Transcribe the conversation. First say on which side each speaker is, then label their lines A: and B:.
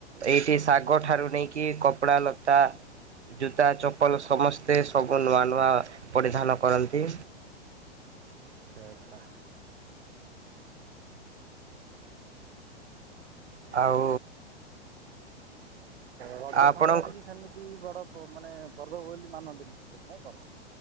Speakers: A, on the right; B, on the right.
A: ଏଇଠି ଶାଗ ଠାରୁ ନେଇକି କପଡା ଲତା ଜୁତା ଚପଲ ସମସ୍ତେ ସବୁ ନୂଆ ନୂଆ ପରିଧାନ କରନ୍ତି
B: ଆଚ୍ଛା ଆଚ୍ଛା।
A: ଆଉ
B: ରଜ
A: ଆପଣଙ୍କ
B: ସଂକ୍ରାନ୍ତି କି ସେମିତି ବଡ଼ ମାନେ ପର୍ବ ବୋଲି ମାନନ୍ତିନି ନାଇଁ କଣ?